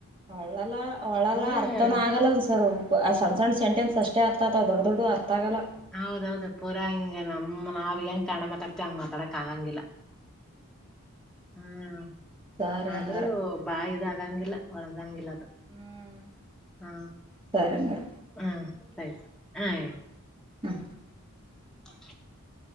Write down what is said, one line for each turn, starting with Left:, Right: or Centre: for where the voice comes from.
Right: ಒಳ್ಳಲ್ಲ ಒಳ್ಳಲ್ಲ
Centre: ಹ್ಮ್
Right: ಅರ್ಥನು ಆಗಲ್ಲ ಒಂದುಸಲ ಆ ಸಣ್ಣಣ್ಣ ಸೆಂಟೆನ್ಸ್ ಅಷ್ಟೇ ಅರ್ಥಾಥವ ದೊಡ್ಡ ದೊಡ್ಡವು ಅರ್ಥಗಲ್ಲ
Centre: ಹೌದೌದು ಪೂರಾ ಹಿಂಗಗೆ ನಮ್ಮ್ ನಾವ ಹೆಂಗ ಕನ್ನಡ ಮಾತಾಡ್ತಿ ಹಂಗ ಮಾತಾಡಕ್ ಆಗಂಗಿಲ್ಲ ಹ್ಮ್
Right: ಸರಿ
Centre: ಆದ್ರೂ
Right: ಹಂಗಾರ
Centre: ಬಾಳದಾಗೆಂಗಿಲ್ಲ ಒಳದಂಗಿಲ್ಲ
Right: ಹ್ಮ್
Centre: ಹಾ
Right: ಸರಿ ಹಂಗಾರ
Centre: ಹ್ಮ ಆಯ್ತು ಹ ಆಯ್ತು
Right: ಹ್ಮ್
Centre: <inaudible>